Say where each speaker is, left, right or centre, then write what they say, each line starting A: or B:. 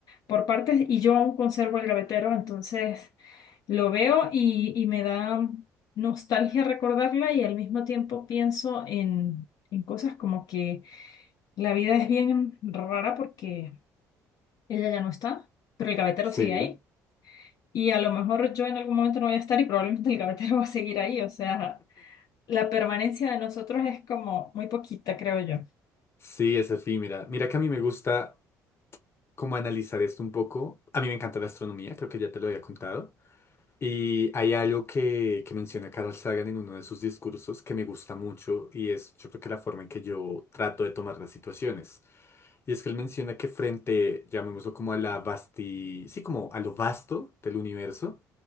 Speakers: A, on the left; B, on the left.
A: por partes y yo aún conservo el gavetero. Entonces... Lo veo y, y me da nostalgia recordarla y al mismo tiempo pienso en, en cosas como que la vida es bien rara porque ella ya no está, pero el gavetero
B: Sí,
A: sigue ahí y a lo mejor yo en algún momento no voy a estar y probablemente el gavetero <laughs> va a seguir ahí. O sea, la permanencia de nosotros es como muy poquita, creo yo.
B: sí, es efímera. Mira que a mí me gusta como analizar esto un poco. A mí me encanta la astronomía, creo que ya te lo había contado. Y hay algo que, que menciona Carl Sagan en uno de sus discursos que me gusta mucho y es yo creo que la forma en que yo trato de tomar las situaciones. Y es que él menciona que frente, llamémoslo como a la vasti, sí, como a lo vasto del universo,